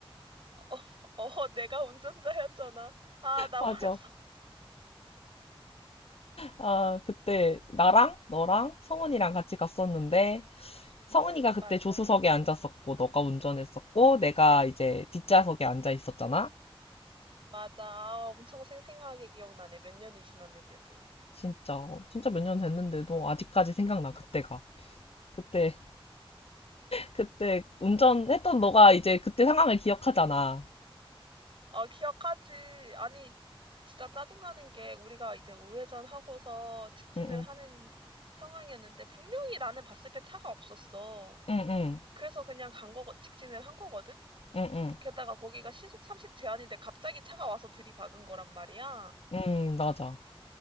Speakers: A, on the right; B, on the left.
A: <laughs> 어, 어, 내가 운전자였잖아. 아, 나
B: 맞아.
A: 벌써. <laughs>
B: 아, 그때 나랑 너랑 성훈이랑 같이 갔었는데 성훈이가 그때
A: 맞아.
B: 조수석에 앉았었고 너가 운전했었고 내가 이제 뒷좌석에 앉아 있었잖아.
A: 맞아. 아, 엄청 생생하게 기억나네. 몇 년이 지났는데도.
B: 진짜 어, 진짜 몇 년 됐는데도 아직까지 생각나 그때가. 그때 그때 운전했던 너가 이제 그때 상황을 기억하잖아.
A: 아, 기억하지. 아니, 진짜 짜증나는 게 우리가 이제 우회전 하고서 직진을
B: 응응
A: 하는 상황이었는데 분명히 나는 봤을 때 차가 없었어.
B: 응응 응응
A: 그래서 그냥 간 거, 직진을 한 거거든?
B: 응 응,
A: 게다가 거기가 시속 30 제한인데 갑자기 차가 와서 들이박은 거란 말이야.
B: 응. 응, 맞아